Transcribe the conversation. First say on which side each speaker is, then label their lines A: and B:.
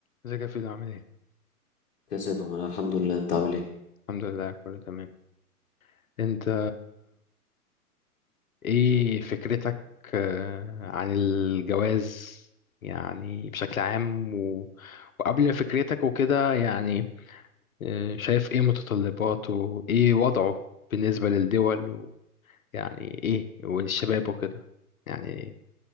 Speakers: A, on the left; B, on the left.
A: ازيك يا فيلو عامل ايه؟
B: كذا يا دومان الحمد لله انت عامل ايه
A: الحمد لله كله تمام انت ايه فكرتك آه، عن الجواز يعني بشكل عام و... وقبل فكرتك وكده يعني آه، شايف ايه متطلباته ايه وضعه بالنسبة للدول ويعني ايه والشباب وكده يعني